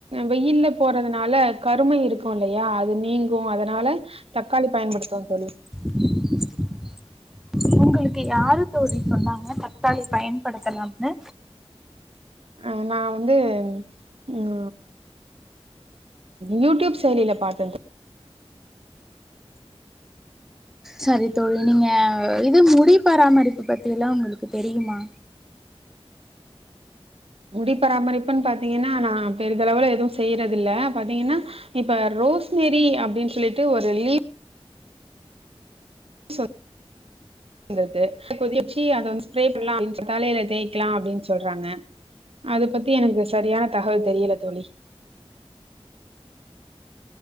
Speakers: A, on the right (about 65°); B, in the centre.
A: வெயில் போறதுனால கருமை இருக்கும் இல்லையா அது நீங்க கும் அதனால தக்காளி பயன்படுத்துவாங்க தோழி
B: <inaudible> உங்களுக்கு யாரு தோழி சொன்னாங்க தக்காளி பயன்படுத்தலாம்னு
A: ஆ நான் வந்து ம் யூடியூப் செயலிய பாத்தே தோழி
B: சரி தோழி நீங்க இது முடி பராமரிப்பு பத்தி எல்லா உங்களுக்கு தெரியுமா
A: முடி பராமரிப்புன்னு பாத்தீங்கன்னா நான் பெரிதளவுல எதுவும் செய்யறது இல்ல பாத்தீங்கன்னா இப்ப ரோஸ்மெரி அப்டின்னு சொல்லிட்டு ஒரு லீவ் <inaudible> இந்ததுக்கு கொதிக்க வச்சு அத வந்து ஸ்ப்ரே பண்ணலா <unintelligible> தலயில தேய்கலாம் அப்டின்னு சொல்றாங்க இது பத்தி எனக்கு சரியான தகவல் தெரியல தோழி